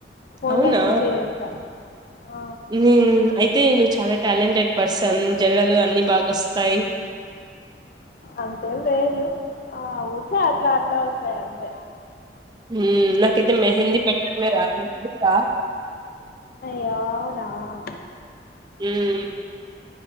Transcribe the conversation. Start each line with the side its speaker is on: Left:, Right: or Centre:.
Left: ఫోన్లో
Right: అవునా
Left: చూసి వేస్తా ఆ
Right: న అయితే నువ్వు చాల టాలెంటెడ్ పర్సన్ జడలు అన్ని బాగా వస్తాయి
Left: అంతేం లేదు ఆ ఊకే అట్లా అట్లా వస్తాయి అంతే
Right: ఉమ్ నాకైతే మెహందీ పెట్టడమే రాదు తెలుసా
Left: అయ్యే రామ
Right: ఉమ్